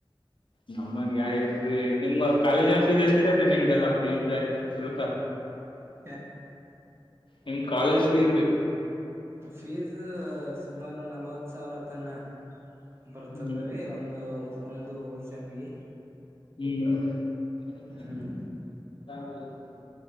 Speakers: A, on the left; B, on the right.
A: ನಮ್ಮಂಗ ಯಾರ ಇಲ್ಲಡ್ರಿ ನಿಮ್ಮ ಕಾಲೇಜಿನ ಫೀಸ್ ಎಷ್ಟದೆ ರೀ ನಿಮಗೆಲ್ಲ ಫೀಸ್ ಆಯ್ತ ಶುಲ್ಕ.
B: ಅ
A: ನಿಮ್ಮ ಕಾಲೇಜ್ ಫೀಸ್ ರೀ.
B: ಫೀಸ್ ಸುಮಾರು ನಲ್ವತ್ತು ಸಾವಿರ ತಾನಾ. ಬರ್ತದ
A: ಹ್ಮ್
B: ರೀ ಒಂದು ಒಂದು ಸೆಮ್ಮಿಗೆ.
A: ಹು
B: ಹ್ಮ್